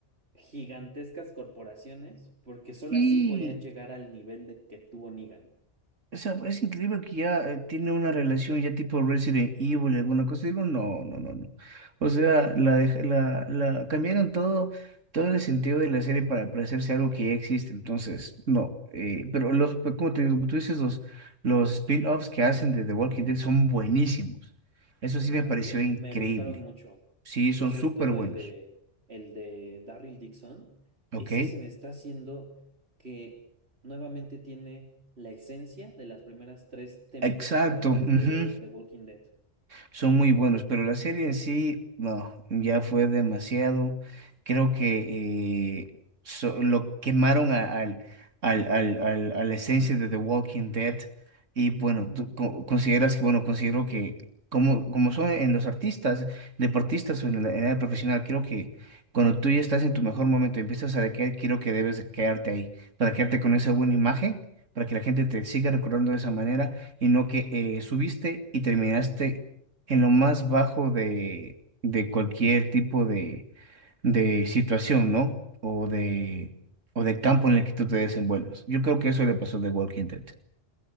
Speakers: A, on the right; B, on the right.
A: gigantescas corporaciones, porque solo
B: Y,
A: así podían llegar al nivel de que tuvo Negan.
B: o sea, es increíble que ya eh, tiene una relación ya tipo Resident Evil, alguna cosa. Digo, no, no, no, no. O sea, la, dej- la, la cambiaron todo, todo el sentido de la serie para parecerse a algo que ya existe. Entonces, no. eh, pero los, pero como te digo, como tú dices, los, los spin-offs que hacen de The Walking Dead son buenísimos. Eso sí me pareció
A: A mí
B: increíble.
A: me gustaron mucho.
B: Sí, son
A: Sobre
B: súper
A: todo
B: buenos.
A: el de el de Darryl Dixon,
B: ¿Ok?
A: ese se me está haciendo que nuevamente tiene la esencia de las primeras tres tem-
B: Exacto.
A: temporadas
B: ujú
A: de The Walking Dead.
B: son muy buenos, pero la serie en sí, no, ya fue demasiado. Creo que eh, so- lo quemaron a- al, al, al, al- a la esencia de The Walking Dead. Y bueno, tú co- consideras que, bueno, considero que como, como son en los artistas, deportistas o en la, en el área profesional, creo que cuando tú ya estás en tu mejor momento y empiezas a decaer, creo que debes quedarte ahí, para quedarte con esa buena imagen, para que la gente te siga recordando de esa manera y no que eh, subiste y terminaste en lo más bajo de, de cualquier tipo de, de situación, ¿no? O de, o de campo en el que tú te desenvuelvas. Yo creo que eso le pasó de Walking Dead.